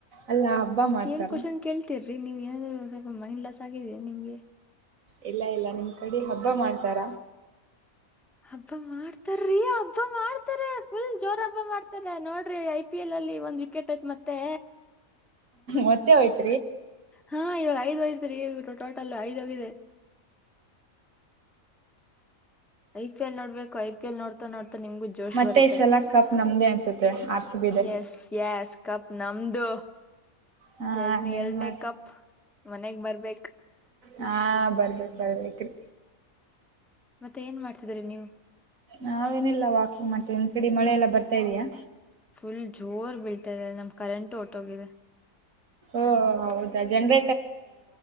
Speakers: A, on the right; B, in the centre.
A: ಅಲ್ಲ ಹಬ್ಬ ಮಾಡ್ತಾರ
B: ಏನ್ ಕ್ವಶನ್ ಕೇಳ್ತೀರಿ ೀ ನೀವು ಏನಾದ್ರು ಸ್ವಲ್ಪ ಮೈಂಡ್ ಲಾಸ್ ಆಗಿದ್ಯಾ ನಿಮ್ಗೆ
A: ಇಲ್ಲ ಇಲ್ಲ ನಿಮ್ ಕೈ ಅಡಿ ಹಬ್ಬ ಮಾಡ್ತಾರ
B: ಹಬ್ಬಾ ಮಾಡ್ತ ಸರೀ ಹಬ್ಬ ಮಾಡ್ತಾರೆ ಫುಲ್ ಜೋರ ಹಬ್ಬ ಮಾಡ್ತಾರೆ ನೋಡ್ರಿ ಐ ಪಿ ಎಲ್ ಅಲ್ಲಿ ಒಂದ್ ಕೆಟ್ ಹೋಯ್ತ್ ಮತ್ತೆ
A: ಮತ್ತೆ ಹೋಯ್ತಾ
B: ಹಾ ಇವಾಗ ಐದ್ ಹೋಗತ್ರೀ, ಟೋಟಲ್ ಐದ್ ಹೋಗಿದೆ ಐ ಪಿ ಎಲ್ ನೋಡ್ಬೇಕು. ಐ ಪಿ ಎಲ್ ನೋಡ್ತಾ ನೋ ಮ ನಿಮಗು ಜೋಶ್
A: ಮತ್ತೆ
B: ಬರುತ್ತೆ.
A: ಈ ಸಲ ಕಪ್ ನಮ್ದೇ ಅನ್ಸುತ್ತೆ ಆರ್ ಸಿ ಬಿದೆ
B: ಎಸ್, ಎಸ್, ಕಪ್ ನಮ್ದು.
A: ಹಾ
B: ಎರಡನೇ
A: ನೀನ್
B: ಎರಡನೇ
A: ಮ
B: ಕಪ್ ಮನೆಗ್ ಬರ್ಬೇಕ್
A: ಹಾ ಬರ್ಬೇಕ ಬರ್ಬೇಕ್ರಿ
B: ಮತ್ತೆ ಏನ್ ಮಾಡ್ತಿದೀರಿ ನೀವು
A: ನಾವೇನಿಲ್ಲ ವಾಕ್ ಮತ್ತೆ ಇನ್ ಕಡಿ ಮಳೆ ಎಲ್ಲ ಬರ್ತಾ ಇದಯಾ
B: ಫುಲ್ ಜೋರ್ ಬೀಳ್ತಾದೆ ನಮ ಕರೆಂಟ್ ಹೊಟ್ಟೋಗಿದೆ
A: ಓ ಹೌದಾ ಜನ್ರ